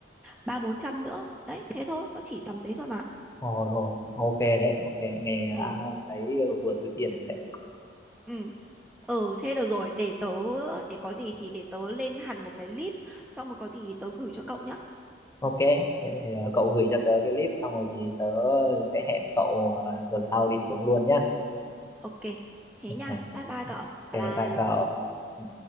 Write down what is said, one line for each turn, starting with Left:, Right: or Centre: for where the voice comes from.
Centre: ba bốn trăm nữa đấy thế thôi nó chỉ tầm đấy thôi mà
Left: ôi ôi ok đấy ok nghe đã
Centre: ừ
Left: thấy ờ, vừa túi tiền rồi đấy
Centre: ừ Ừ thế được rồi để tớ để có gì thì để tớ lên hẳn một cái list xong rồi có gì tớ gửi cho cậu nhá.
Left: ok thế này ờ, cậu gửi cho tớ cái list xong rồi thì tớ sẽ hẹn cậu ờ, tuần sau đi xuống luôn nhá
Centre: Ok thế
Left: ok
Centre: nha. Bye bye cậu. Bye
Left: ok
Centre: bye.
Left: bye cậu Ừ.